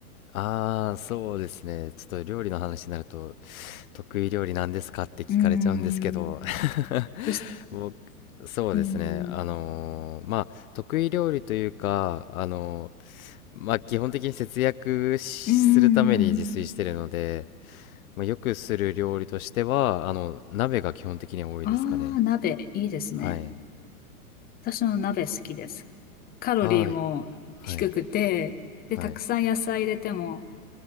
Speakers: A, on the left; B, on the left.
A: ああ、そうですね、ちょっと料理の話になると、得意料理なんですかって聞かれちゃうんですけど、
B: うーん。そし、
A: <laughs> 僕、そうですね、
B: うーん。
A: あのーまあ、得意料理というか、あのーまあ、基本的に節約しするために自炊してるので、
B: うんうんうん。
A: まあ、よくする料理としては、あの、鍋が基本的には多いですかね。
B: ああ、鍋、いいですね。
A: はい。
B: 私も鍋好きです。カロリーも低くて、
A: ああ、はい。
B: で、
A: はい。
B: たくさん野菜入れても、